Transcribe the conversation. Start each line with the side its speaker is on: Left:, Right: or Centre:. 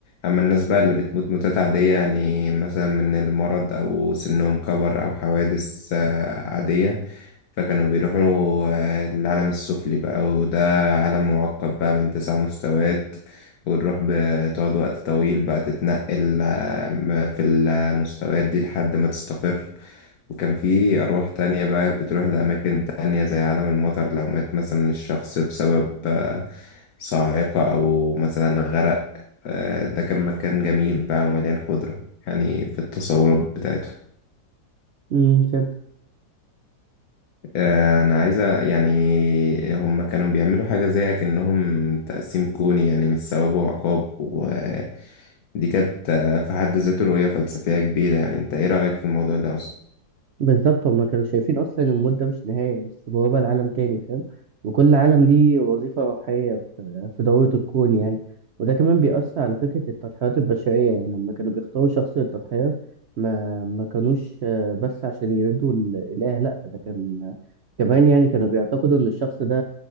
Left: أما الناس بقى اللي بتموت موتات عادية يعني مثلا من المرض أو سنهم كبر أو حوادث آه، عادية فكانوا بيروحوا آه، للعالم السفلي بقى وده عالم معقد بقى من تسع مستويات وتروح بتقعد وقت طويل بقى تتنقل آه، م- في المستويات دي لحد ما تستقر وكان في أرواح تانية بقى بتروح لأماكن تانية زي عالم المطر لو مات مثلا الشخص بسبب آه، صاعقة أو مثلا غرق آه، ده كان مكان جميل بقى ومليان خضرة يعني في التصورات بتاعته
Right: امم فهمت
Left: آه، انا عايزه يعني هم كانوا بيعملوا حاجه زي اكنهم تقسيم كوني يعني مش ثواب وعقاب ودي كانت آه، في حد ذاته رؤيه فلسفيه كبيره يعني انت ايه رايك في الموضوع ده اصلا
Right: بالظبط هما كانوا شايفين أصلا إن الموت ده مش نهاية بس بوابة لعالم تاني فاهم؟ وكل عالم ليه وظيفة روحية في في دورة الكون يعني وده كمان بيأثر على فكرة التضحيات البشرية يعني لما كانوا بيختاروا شخص للتضحية ما ما كانوش آه، بس عشان يردوا الإله لأ ده كان كمان يعني كانوا بيعتقدوا إن الشخص ده